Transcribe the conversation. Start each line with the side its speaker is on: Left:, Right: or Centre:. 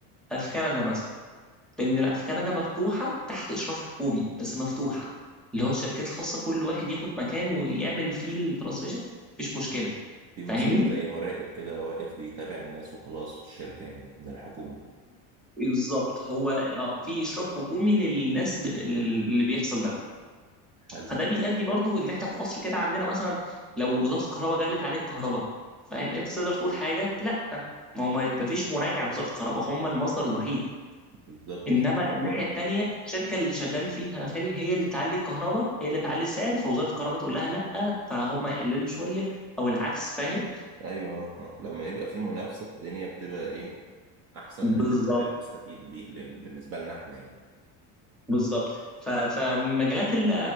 Centre: آه، في كندا مثلا لان لا في كندا مفتوحة تحت اشراف حكومي بس مفتوحة اللي هو الشركات الخاصة كل واحد ياخد مكان ويعمل فيه الترانسميشن مفيش مشكلة
Right: في مثلا
Centre: فاهمني
Right: زي مراقب كده واقف بيتابع الناس وخلاص في الشركة يعني من الحكومة
Centre: بالظبط هو آه، في اشراف حكومي للناس بت... لل- اللي بيحصل ده
Right: حلو
Centre: فده بيؤدي برضو ان احنا في مصر كده عندنا مثلا لو وزاره الكهرباء جلت عليك كهرباء فاهم انت تقدر تقول حاجه لا ما هو ما فيش مراجعه لوزاره الكهرباء هم المصدر الوحيد
Right: بالظبط
Centre: انما الناحيه
Right: آه.
Centre: التانيه الشركه اللي شغال فيها يا خالي هي اللي تعلي الكهرباء هي اللي تعلي السعر فوزاره الكهرباء تقول لها لا فهم يقللوا شويه او العكس فاهم
Right: ايوه آه. آه. لما يبقى في منافسة الدنيا بتبقى ايه احسن
Centre: بالظبط
Right: بالنسبة للمستفيد دي لأن- بالنسبة لنا احنا يعني
Centre: بالظبط ف- فمجالات ال-